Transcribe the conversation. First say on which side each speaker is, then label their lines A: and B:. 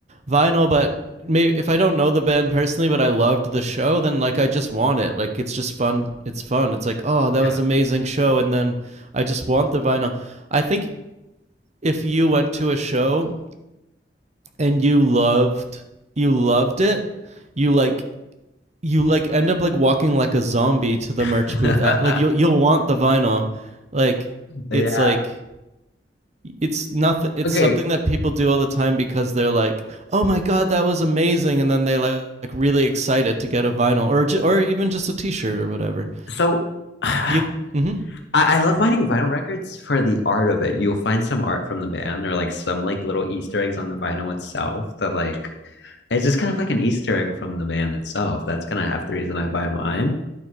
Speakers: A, on the right (about 40°); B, on the left (about 80°).
A: vinyl but maybe if i don't know the band personally but i loved the show then like i just want it like it's just fun it's fun it's like oh that
B: yeah.
A: was an amazing show and then i just want the vinyl i think if you went to a show and you loved you loved it you like you like end up like walking like a zombie to the merch
B: <laughs>
A: booth. At, like you'll you'll want the vinyl. Like
B: Yeah.
A: it's like it's nothing. It's
B: Okay.
A: something that people do all the time because they're like, "Oh my god, that was amazing!" and then they like, like really excited to get a vinyl or or even just a T-shirt or whatever.
B: So <sighs> I,
A: You mm-hmm.
B: I love finding vinyl records for the art of it. You'll find some art from the band or like some like little Easter eggs on the vinyl itself that like it's just kind of like an Easter egg from the band itself. That's kind of half the reason I buy mine.